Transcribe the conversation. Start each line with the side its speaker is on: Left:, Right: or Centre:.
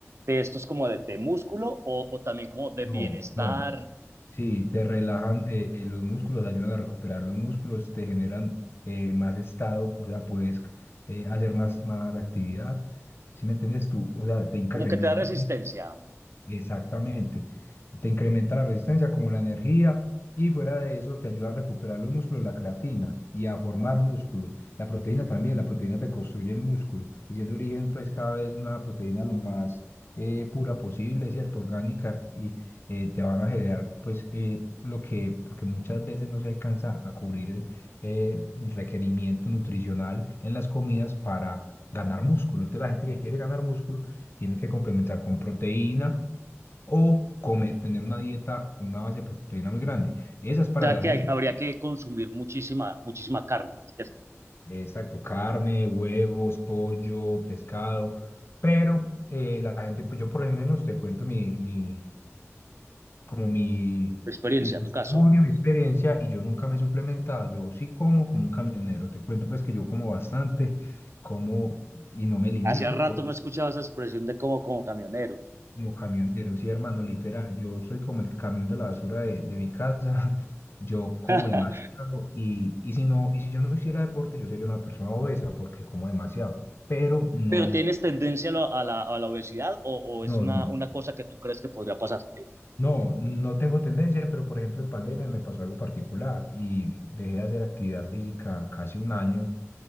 Right: de estos como de, de músculo o, o también como de
Left: no,
Right: bienestar?
Left: no. Sí, te relajan eh, eh, los músculos, ayudan a recuperar los músculos, te generan eh, más estado, o sea, puedes eh, hacer más, más actividad. Si me entiendes tú, o sea, te incrementa
Right: Como que te da resistencia. O
Left: Exactamente. Te incrementa la resistencia como la energía y fuera de eso te ayuda a recuperar los músculos, la creatina y a formar músculo. La proteína también, la proteína te construye el músculo y si es de origen pues cada vez una proteína lo más eh, pura posible, ¿cierto? Orgánica y eh, te van a generar pues eh, lo que, porque muchas veces no se alcanza a cubrir el, eh, el requerimiento nutricional en las comidas para ganar músculo. Entonces la gente que quiere ganar músculo tiene que complementar con proteína o comer, tener una dieta con una base de proteína muy grande. Esa es para
Right: sea
Left: la
Right: que
Left: gente
Right: hay- habría
Left: que tiene,
Right: que consumir muchísima, muchísima carne. Es-
Left: exacto, carne, huevos, pollo, pescado, pero eh, la gente, pues yo por lo menos te cuento mi, mi, como mi,
Right: Experiencia,
Left: mi testimonio,
Right: tu caso.
Left: mi experiencia, y yo nunca me he suplementado, yo sí como como un camionero, te cuento pues que yo como bastante, como y no me limito,
Right: Hacía rato no escuchaba esa expresión de como, como camionero.
Left: Como camionero, sí, hermano, literal. Yo soy como el camión de la basura de, de mi casa. <laughs> Yo como
Right: <laughs>
Left: demasiado y, y si no, y si yo no hiciera deporte, yo sería una persona obesa porque como demasiado. Pero no,
Right: ¿Pero tienes tendencia a la, a la- a la obesidad o, o
Left: no,
Right: es una,
Left: no.
Right: una cosa que tú crees que podría pasarte?
Left: No, no tengo tendencia, pero por ejemplo en pandemia me pasó algo particular y dejé de hacer actividad física casi un año